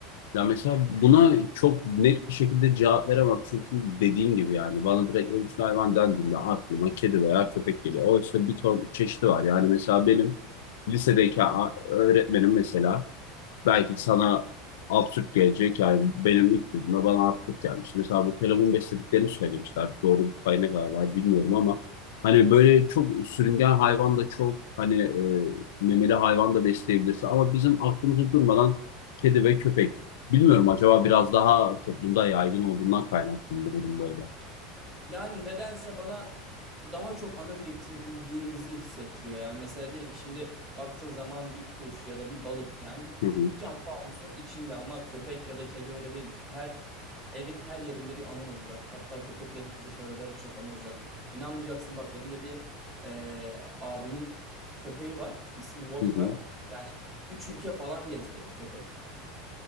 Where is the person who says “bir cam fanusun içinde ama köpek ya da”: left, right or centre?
Right